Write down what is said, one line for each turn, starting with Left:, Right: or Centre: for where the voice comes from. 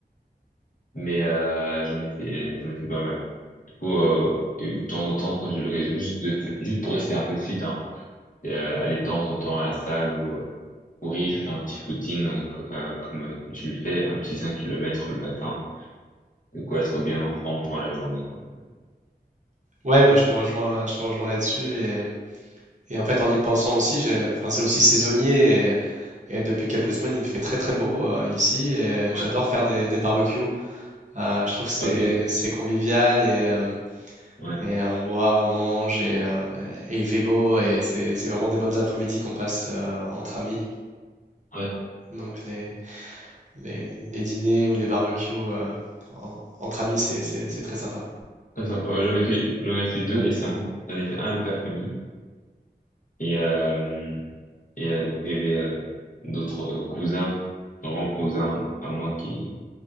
Left: mais euh, j'en ai fait, j'en ai fait pas mal. Du coup, euh, et de temps en temps, quand j'ai l'occasion, juste de fa- juste pour rester un peu fit, hein, et, euh, aller de temps en temps à la salle ou euh, courir, faire un petit footing euh, co- euh, comme, euh, comme tu le fais, un petit 5 kilomètres le matin, de quoi être bien en forme pour la journée, quoi.
Right: Ouais, bah, je te rejoins, je te rejoins là-dessus et, et en fait en y pensant aussi, j'ai- enfin c'est aussi saisonnier et, et depuis quelques semaines il fait très très beau euh, ici et j'adore
Left: Ouais,
Right: faire des, des barbecues. Euh, je trouve que c'est
Left: ok,
Right: c'est convivial et euh,
Left: ouais,
Right: Et euh, on boit, on mange et, euh, et il fait beau et c'est c'est vraiment des bonnes après-midi qu'on passe euh, entre amis.
Left: ouais,
Right: Donc les, les, les dîners ou les barbecues euh, en- entre amis, c'est c'est- c'est très sympa.
Left: Ça, sympa. Ouais, j'en ai fait, j'en ai fait deux récemment. J'en ai fait un avec la famille. Et, euh, et euh, du coup, il y avait euh, d'autres euh, cousins, grands cousins à moi qui